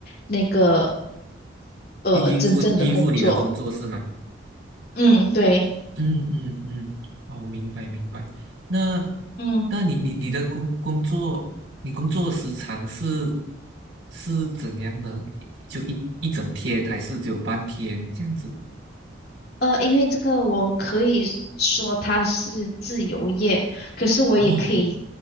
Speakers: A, on the left; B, on the right.
A: 那个呃真正的工作。
B: 去应付应付你的工作是吗？
A: 嗯，对，
B: 嗯嗯嗯，哦，明白明白。那
A: 嗯。
B: 那你你你的工工作，你工作时长是是怎样呢？就一一整天，还是只有半天这样子？
A: 呃，因为这个我可以说它是自由业，可是我也可以
B: 哦，